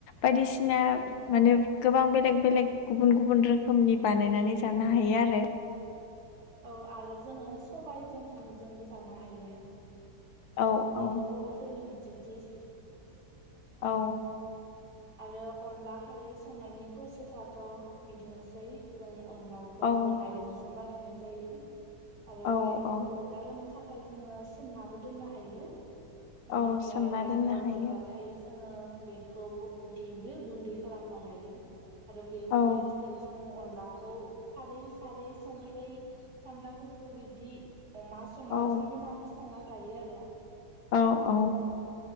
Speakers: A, on the left (about 85°); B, on the right (about 60°).
A: बायदिसिना
B: औ नोंथां
A: माने गोबां बेलेग बेलेग गुबुन गुबुन रोखोमनि बानायनानै जानो हायो आरो
B: औ आरो जोङो सबायजों साम'जोंबो जानो हायो
A: औ औ
B: बेबो बर'फोरनि मोनसे दिस
A: औ
B: आरो अनला खारै संनायनि प्रसेसाथ' बिदिनोसै अनलाखौ
A: औ
B: माइरंजों बानायनाय जायो आरो
A: औ
B: माइरंखौ
A: औ
B: रुइगा होनो थाखाय जोङो सोमनाबो दोननो हायो बेनिफ्राय
A: औ सोमना
B: माइरंङा
A: दोननो हायो
B: रुइबाथाय जोङो बेखौ देयो गुन्दै खालामना लायो आरो बे गुन्दैजोंनो
A: औ
B: जों अनलाखौ सारै सारै संख्रै सामब्राम गुफुर बिब्दि अमा समाजों
A: औ
B: होनानै संना जायो आरो
A: औ औ